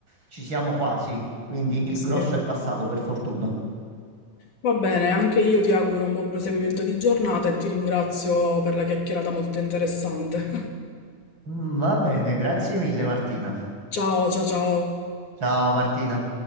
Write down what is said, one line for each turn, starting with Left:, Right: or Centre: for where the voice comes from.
Right: ci siamo quasi, quindi
Left: Sì,
Right: il
Left: sì.
Right: grosso è passato, per fortuna.
Left: Va bene, anche io ti auguro un buon proseguimento di giornata e ti ringrazio per la chiacchierata molto interessante.
Right: Mm, Va bene, grazie mille Martina.
Left: <laughs> Ciao, ciao, ciao.
Right: Ciao Martina.